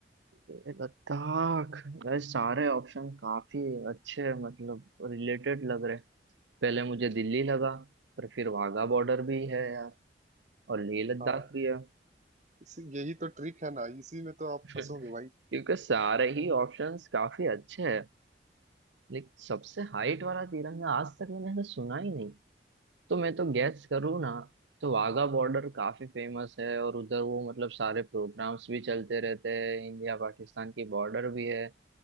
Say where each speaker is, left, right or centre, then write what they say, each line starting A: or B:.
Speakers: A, on the right (about 85°); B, on the right (about 40°).
A: ये लद्दाख भाई सारे ऑप्शन काफी अच्छे मतलब रिलेटेड लग रहे पहले मुझे दिल्ली लगा
B: हम्म,
A: पर फिर वाघा बॉर्डर भी है यार और लेह लद्दाख
B: हाँ
A: भी है
B: इसी यही तो ट्रिक है ना इसी में तो आप
A: <laughs>
B: फंसोगे भाई
A: क्योंकि सारे ही ऑप्शंस काफी अच्छे हैं लेकिन सबसे हाइट वाला तिरंगा आज तक मैंने ऐसा सुना ही नहीं तो मैं तो गैस करूँ ना तो वाघा बॉर्डर काफी फेमस है और उधर वो मतलब सारे प्रोग्राम्स भी चलते रहते हैं इंडिया पाकिस्तान की बॉर्डर भी है